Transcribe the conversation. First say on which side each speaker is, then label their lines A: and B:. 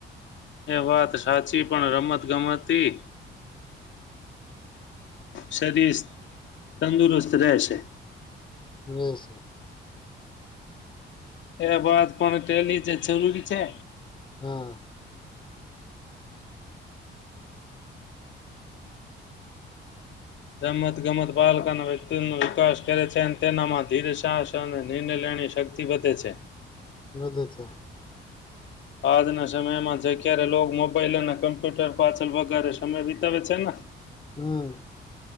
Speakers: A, on the left; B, on the left.
A: એ વાત સાચી પણ રમત ગમતથી શરીસ તંદુરસ્ત રહેશે
B: <unintelligible>
A: એ બાદ પણ તેની જે જરૂરી છે
B: હા
A: રમતગમત બાલકના વ્યક્તિનો વિકાસ કરે છે અન તેનામાં ધીર સાસ અને નિર્ણય લેવાની શક્તિ વધે છે.
B: બધું છે
A: આજના સમયમાં જે ક્યારે લોગ મોબાઈલ અને કમ્પ્યુટર પાછળ વગારે સમય વિતાવે છે ને,
B: હમ